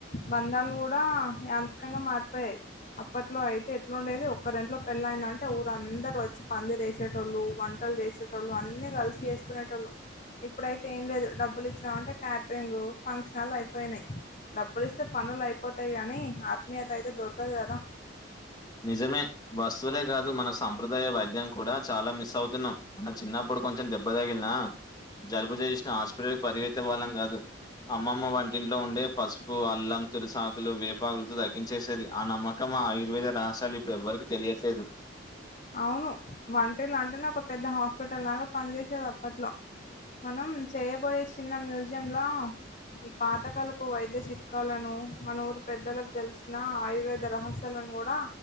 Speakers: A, on the left; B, on the left.
A: బంధాలు కూడా యాంచ్చికంగా మారిపోయాయి అప్పట్లో అయితే ఎట్లాండేది ఒక్కరింట్లో పెళ్ళయిందంటే ఊరుందరు వచ్చి పందిరేసేటోళ్ళు వంటలు చేసే టోళ్ళు అన్ని కలిసి చేేసుకునేటోళ్ళు ఇప్పుడైతే ఏం లేదు డబ్బులు ఇచ్చినాం అంటే క్యాటరింగ్ ఫంక్షన్లు అయిపోయినాయి డబ్బులి ఇస్తే పనులు అయిపోతాయి గానీ ఆత్మీయత అయితే దొరకదు కదా
B: నిజమే వస్తువులే కాదు మన సంంప్రదాయ వైద్యం కూడా చాలా మిస్ అవుతున్నాం మన చిన్నప్పుడు కొంచెం దెబ్బ తగిలినా జలుబు చేసిన హాస్పిటల్కి పరిగెతే వాళ్ళం కాదు అమ్మమ్మ వంటింట్లో ఉండే పసుపు అల్లం తులసాకు లు వేపాగులతో దగ్గించేసేది ఆ నమ్మకం ఆయుర్వేద రహసలు ఇప్పుడు ఎవ్వరిక తెలియట్లేదు
A: అవును వంటీలు అంటేనే ఒక పెద్ద హాస్పిటల్ లాగా పనిచేసేది అప్పట్లో మనం చేయబోయే చిన్న మ్యూజియం లో ఈ పాత కలుపు వైద్య చిట్కాలను మన ఊరు పెద్దలకు తెలిసిన ఆయుర్వేద రహస్య <unintelligible> కూడా